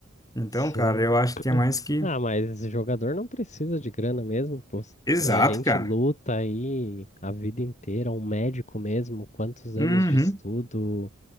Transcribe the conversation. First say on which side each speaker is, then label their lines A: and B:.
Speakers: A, on the left (about 15°); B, on the left (about 35°).
A: Então,
B: Sim.
A: cara, eu acho
B: <clears throat>
A: que é mais que.
B: Ah, mas jogador não precisa de grana mesmo, pô.
A: Exato,
B: A gente
A: cara.
B: luta aí a vida inteira, um médico mesmo, quantos
A: Uhum.
B: anos de estudo,